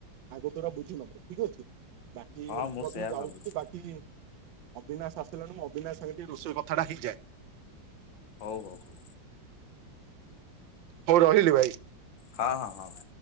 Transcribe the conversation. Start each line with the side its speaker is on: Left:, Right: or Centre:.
Right: ଆଗ ଦଵର ବୁଝି ନବ ଠିକ ଅଛି। ବାକି
Left: ହଁ
Right: ମୁଁ ମଧ୍ୟ
Left: ସେୟା
Right: ଯାଉଛି
Left: ଭାବୁଛି
Right: ବାକି ଅବିନାଶ ଆସିଲାଣି ମୁଁ ଅବିନାଶ ସାଙ୍ଗେ ଟିକେ ରୋଷେଇ କଥାଟା ହେଇଯାଏ।
Left: ହଉ ହଉ ହଉ
Right: ହଉ ରହିଲି ଭାଇ।
Left: ହଁ ହଁ ହଁ ଭାଇ।